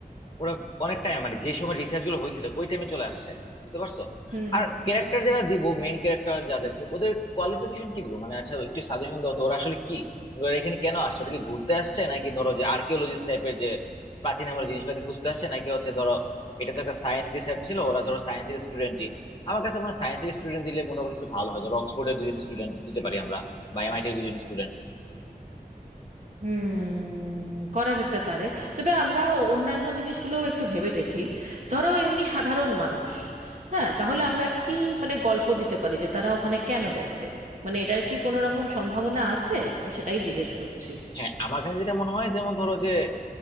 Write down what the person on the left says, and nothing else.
ওরা অনেক টাইম মানে যে সময় রিসার্চ গুলো হয়েছে ওই টাইমে চলে আসছে বুঝতে পারছো
আর
ক্যারেক্টার যারা দিব মেইন ক্যারেক্টার যাদেরকে ওদের কোয়ালিফিকেশন কি দিব মানে আচ্ছা একটু সাজেশন দাও তো ওরা আসলে কি ওরা এখানে কেন আসছে ওটা কি ঘুরতে আসছে নাকি ধরো যে আর্কিওলজিস্ট টাইপের যে প্রাচীন আমার জিনিসপাতি খুঁজতে আসছে নাকি হচ্ছে ধরো এটা তো একটা সায়েন্স রিসার্চ ছিল ওরা ধরো সায়েন্সের স্টুডেন্টই আমার কাছে মনে হয় সায়েন্সের স্টুডেন্ট দিলে মোটামুটি একটু ভালো হয় ধরো অক্সফোর্ডের দুজন স্টুডেন্ট দিতে পারি আমরা বা এমআইটির দুজন স্টুডেন্ট
হ্যাঁ আমার কাছে যেটা মনে হয় যেমন ধরো যে